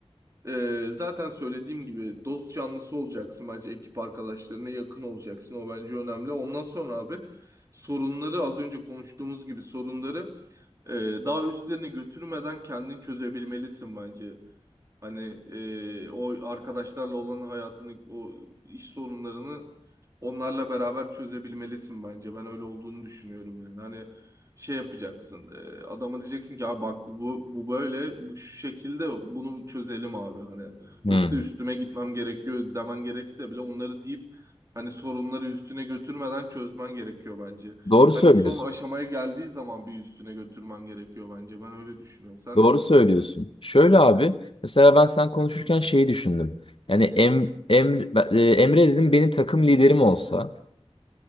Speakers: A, on the right; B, on the left.
A: Ee, zaten söylediğim gibi dost canlısı olacaksın bence ekip arkadaşlarına yakın olacaksın. O bence önemli. Ondan sonra abi sorunları az önce konuştuğumuz gibi sorunları e, daha üstlerine götürmeden kendin çözebilmelisin bence. Hani e, o arkadaşlarla olan hayatını, o iş sorunlarını onlarla beraber çözebilmelisin bence. Ben öyle olduğunu düşünüyorum yani. Hani şey yapacaksın. E, adama diyeceksin ki abi bak bu, bu böyle bu şu şekilde bunu çözelim abi hani.
B: Hmm.
A: Yoksa üstüme gitmem gerekiyor demen gerekse bile onları deyip hani sorunları üstüne götürmeden çözmen gerekiyor bence.
B: Doğru söylüyorsun.
A: Hani son aşamaya geldiği zaman bir üstüne götürmen gerekiyor bence. Ben öyle düşünüyorum. Sen
B: Doğru
A: ne düşünüyorsun?
B: söylüyorsun. Şöyle abi, mesela ben sen konuşurken şeyi düşündüm. Yani em, em, ben- e, Emre dedim benim takım liderim olsa,